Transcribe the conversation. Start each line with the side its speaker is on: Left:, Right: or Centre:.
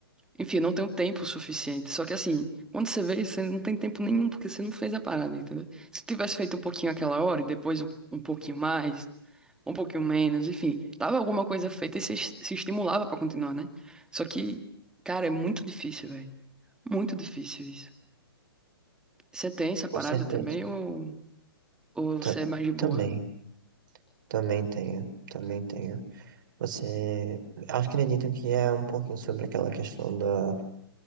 Centre: Enfim, eu não tenho tempo suficiente. Só que assim, quando você vê, você não tem tempo nenhum, porque você não fez a parada, entendeu? Se tivesse feito um pouquinho aquela hora e depois um, um pouquinho mais um pouquinho menos, enfim, tava alguma coisa feita e se, se estimulava pra continuar, né? Só que, cara, é muito difícil, velho. Muito difícil isso. Você tem essa
Right: com
Centre: parada
Right: certeza.
Centre: também ou, ou
Right: Ta-
Centre: você é mais de boa?
Right: também, também tenho, também tenho. Você, acredito que é um pouquinho sobre aquela questão da